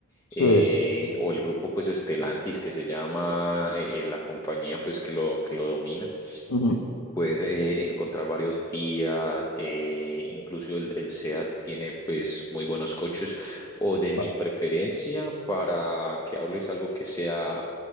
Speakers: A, on the left (about 80°); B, on the left (about 15°).
A: Sí.
B: eh, o el grupo pues Estelantis que se llama eh, eh, la compañía pues que lo, que lo domina.
A: Ujú.
B: Puedes eh, encontrar varios Fiat, eh, incluso el, el Seat tiene pues muy buenos coches o de mi
A: Vale,
B: preferencia para que hables algo que sea